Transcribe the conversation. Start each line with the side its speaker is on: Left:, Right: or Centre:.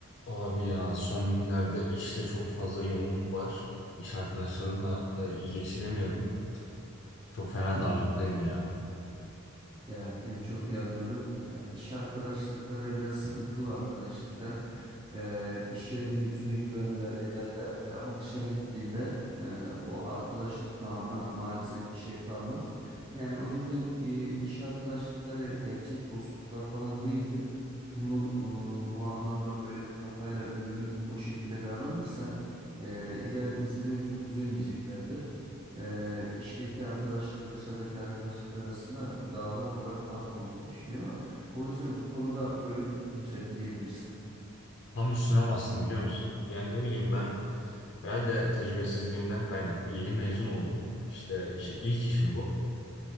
Left: Abi ya son günlerde işte çok fazla yoğunluk var. İş arkadaşlarımla da iyi geçinemiyorum. Çok fena
Right: Hmm.
Left: darlıktayım ya.
Right: Ya seni çok iyi anlıyorum. Ya iş arkadaşlıkları biraz sıkıntılı arkadaşlıklar. Ee, iş yerinde yüzüne gülerler, ederler. Ee, ama dışarı gittiğinde e, o arkadaşlık namına maalesef bir şey kalmaz. Yani o yüzden e, iş arkadaşlıkları gerçek dostluklar falan değildir. Bunu e, bu anlamda böyle bir kafayla bürünüp o şekilde davranırsan e, ileride seni çok üzemeyeceklerdir e, işteki arkadaşlıkla dışarıdaki arkadaşlık arasında dağlar kadar fark olduğunu düşünüyorum. O yüzden bu konuda böyle bir tutum sergileyebilirsin.
Left: Tam üstüne bastım biliyor musun? Yani ne bileyim ben herhalde tecrübesizliğimden kaynaklı yeni mezun oldum. İşte işi- ilk işim bu.